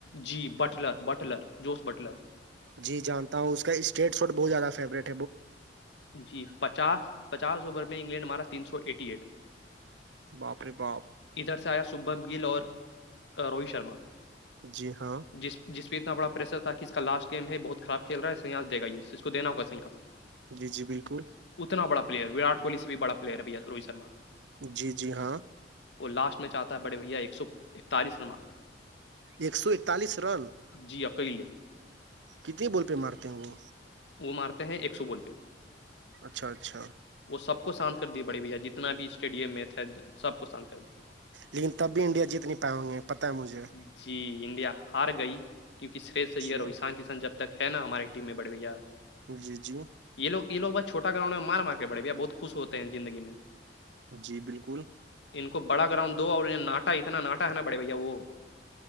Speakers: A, on the left; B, on the right.
A: جی بٹلر بٹلر جوس بٹلر
B: جی جانتا ہوں اس کا اسٹٹ شٹ بہت زیادہ فیورٹ
A: جی پچاس پچاس اوور میں انگلینڈ ہمارا تین سو ایٹی ایٹ
B: باپ رے باپ
A: ادھر سے آیا سمبھم گل اور روہت شرما
B: جی ہاں
A: جس جس پہ اتنا بڑاریشر تھا کہ اس کا لاٹ گیم ہے بہت خراب کھی رہا ہے سیاس د گا یہ اس کو دین ہوگا سیاس
B: جی جی بالکل
A: اتنا بڑا پلیئر اٹ کوہلی سے بھی بڑا پلیئر ہے بھیا روہت شرم
B: جی جی ہاں
A: وہ لاسٹ میں چاہتا ہے بڑے بھیا ایک سو اکتالیس رن مارتا
B: ایک سو اتالس رن
A: جی اکیلے
B: کتنے بول پہ مارتے ہیں وہ
A: وہ مارتے ہیں ایک سو بول پہ
B: اچھا اچھا
A: وہ سب کو شانت کر دیا بڑے بھیا جتنا بھی اسٹیڈیم میں تھے سب کو شانت کر دیا
B: لیکن تب بھی انڈیا جیت نہیں پا ہوں گے پتہ ہے مجھے
A: جی انڈیا ہار گئی کیوںک شرریھ سرو
B: جی
A: ای شان کشان جب تک ہے نا ہمارے ٹیم میں بڑے بھیا
B: جی جی
A: یہ لوگ یہ لو بس چھواہوں مار کے پڑےیا بت خش ہوتے ہیں زندگی میں
B: جی بالکل
A: ان کو بڑا گراؤن دو اور ناٹا اتنا ناٹا ہے نا بڑے بھیا وہ